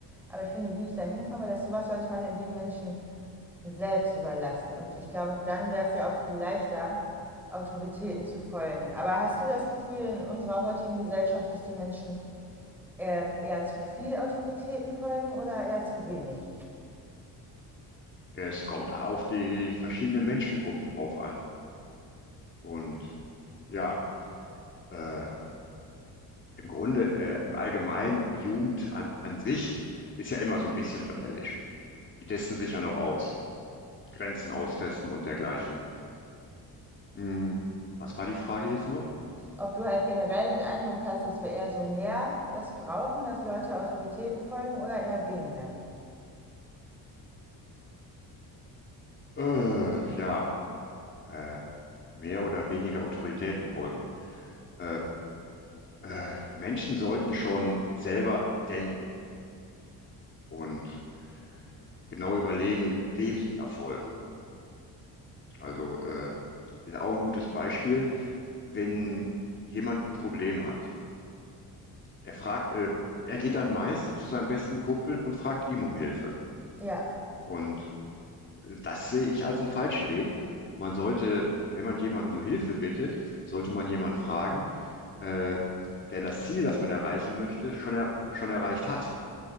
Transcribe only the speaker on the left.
Es kommt auf die verschiedenen Menschengruppen drauf an. Und ja, äh, im Grunde, äh, im Allgemeinen, Jugend an, an sich ist ja immer so ein bisschen rebellisch. Die testen sich ja noch aus, Grenzen austesten und dergleichen. Hm, was war die Frage jetzt noch?
Äh, ja, äh, mehr oder weniger Autoritäten folgen. Äh, äh, Menschen sollten schon selber denken und genau überlegen, wem sie da folgen. Also äh, ist auch ein gutes Beispiel, wenn jemand ein Problem hat. Er fragt, äh, er geht dann meist zu seinem besten Kumpel und fragt ihm um Hilfe.
Und äh, das sehe ich als einen falschen Weg. Man sollte, wenn man jemanden um Hilfe bittet, sollte man jemanden fragen, äh, der das Ziel, das man erreichen möchte, schon, er schon erreicht hat.